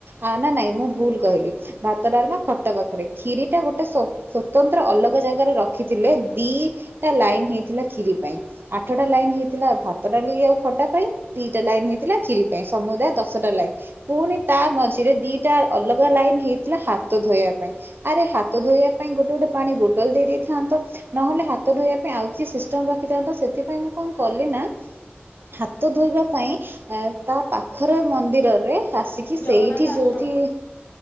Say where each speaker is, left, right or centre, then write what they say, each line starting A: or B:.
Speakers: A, on the right; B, on the left.
A: ଆ ନା ନାଇଁ ମୁଁ ଭୁଲ କହିଲି ଭାତ ଡାଲ ବା ଖଟ ପାଖରେ ଖ୍ିୀରି ଟା ଗୋଟେ ସ୍ଵତନ୍ତ୍ର ଅଲଗା ଜାଗାରେ ରଖିଥିଲେ ଦିଟା ଲାଇନ ହେଇଥିଲା କ୍ଷିରି ପାଇଁ ଆଠଟା ଲାଇନ ହେଇଥିଲା ଭାତଟଡାଲି ଆଉ ଖଟା ପାଇଁ ଟା ଲାଇନ୍ ହେଇଥିଲା କ୍ିରିୀ ପାଇଁ ସମୁଦାୟ ଦଶଟା ଲାଇନ୍ ପୁଣି ତା ମଝିରେ ଦିଟା ଅଲଗା ଲାଇନ ହେଇଥିଲା ହାତ ଧୋଇବା ପାଇଁ ଆରେ ହାତ ଧୋଇବା ପାଇଁ ଗୋଟେ ଗୋଟେ ପାଣି ବୋଟଲ ଦେଇଥାନ୍ତ। ନହେଲେ ହାତ ଧୋଇବା ପାଇଁ ଆଉ କି ସିଷ୍ଟମ ରଖିଥାନ୍ତତା ସେଥିପାଇଁ ମୁଁ କଆଁ କଲି ନା ହାତ
B: ହୁଁ।
A: ଧୋଇବା ପାଇଁ ତା ପାଖର ମନ୍ଦିରରେ ଆସିକି ସେଇଠି
B: ଜଗନ୍ନାଥ ଆଶ୍ରମ
A: ଯୋଉଠି